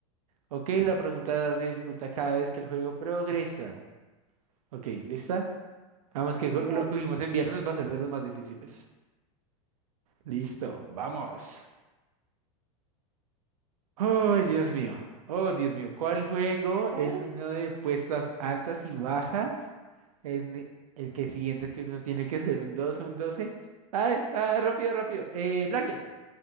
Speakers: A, on the right; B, on the right.
A: Ok, la pregunta se dificulta cada vez que el juego progresa. Ok, ¿lista? Vamos que jo-
B: I
A: lo
B: Got
A: que
B: it.
A: cogimos en viernes, va a ser de los más difíciles. Listo, vamos. Oh, Dios mío. Oh, Dios mío. ¿Cuál juego es
B: ¿Eh?
A: uno de puestas altas y bajas? En el que el siguiente turno tiene que ser un 2, o un 12. ¡Ay! ¡Ah, rápido, rápido! Eh, Blackjack.